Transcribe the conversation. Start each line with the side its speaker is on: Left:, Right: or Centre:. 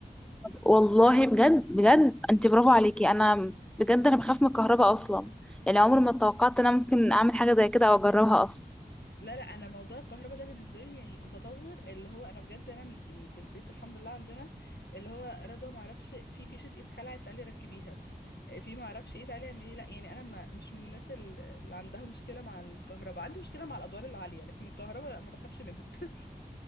Centre: والله بجد بجد انت برافو عليكي انا بجد انا بخاف من الكهرباء اصلا يعني عمري ما توقعت ان انا ممكن اعمل حاجه زي كده او اجربها اصلا
Left: لا لا انا موضوع الكهرباء ده بالنسبه لي يعني متطور اللي هو انا بجد انا م- يعني في البيت الحمد لله عندنا اللي هو رضوى ما اعرفش في فيشه ايد خلعت تعالي ركبيها آه، في ما اعرفش ايه تعالي اعملي لا يعني انا ما مش من الناس ال- اللي عندها مشكله مع الكهرباء عندي مشكله مع الادوار العاليه لكن الكهرباء لا ما بخافش منها <laughs>